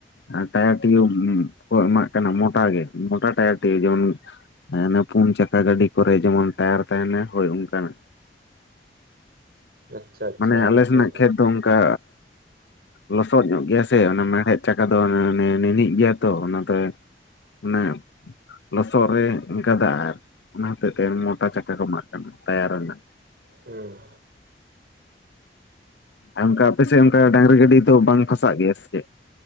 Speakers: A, on the left (about 70°); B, on the right (about 60°).
A: ᱟᱨ ᱴᱟᱭᱟᱨ ᱴᱤᱭᱩ ᱠᱚ ᱮᱢᱟᱜ ᱠᱟᱱᱟ ᱢᱚᱴᱟ ᱜᱮ ᱢᱚᱴᱟ ᱴᱟᱭᱟᱨ ᱴᱤᱭᱩ ᱡᱮᱢᱚᱱ ᱦᱟᱱᱮ ᱯᱩᱱ ᱪᱟᱠᱟ ᱜᱟᱹᱰᱤ ᱠᱚᱨᱮ ᱡᱮᱢᱚᱱ ᱴᱟᱭᱟᱨ ᱛᱟᱦᱮᱱᱟ ᱦᱳᱭ ᱚᱱᱠᱟᱱᱟᱜ ᱾
B: ᱟᱪᱪᱷᱟ ᱟᱪᱪᱷᱟ
A: ᱢᱟᱱᱮ ᱟᱞᱮ
B: ᱵᱩᱡᱷᱟᱹᱣ
A: ᱥᱮᱱᱟᱜ
B: ᱫᱟᱹᱧ
A: ᱠᱷᱮᱛ ᱫᱚ ᱚᱱᱠᱟ ᱞᱚᱥᱚᱫ ᱧᱚᱜ ᱜᱮᱭᱟ ᱥᱮ ᱚᱱᱟ ᱢᱮᱲᱦᱮᱫ ᱪᱟᱠᱟ ᱫᱚ ᱚᱱᱟ ᱚᱱᱮ ᱱᱤᱱᱤᱜ ᱜᱮᱭᱟ ᱛᱚ ᱚᱱᱟ ᱛᱮ <inaudible> ᱞᱚᱥᱚᱫ ᱨᱮ ᱜᱟᱫᱟᱜ-ᱟ ᱟᱨ ᱚᱱᱟ ᱦᱚᱛᱮᱡ ᱛᱮ ᱢᱚᱴᱟ ᱪᱟᱠᱟ ᱠᱚ ᱮᱢᱟᱜ ᱠᱟᱱᱟ ᱴᱟᱭᱟᱨ ᱨᱮᱱᱟᱜ ᱾
B: ᱦᱩᱸ
A: ᱟᱨ ᱚᱱᱠᱟ ᱟᱯᱮ ᱥᱮᱜ ᱚᱱᱠᱟ ᱰᱟᱝᱨᱤ ᱜᱟᱹᱰᱤ ᱫᱚ ᱵᱟᱝ ᱯᱷᱟᱥᱟᱜ ᱜᱮᱭᱟ ᱥᱮ ᱪᱮᱫ?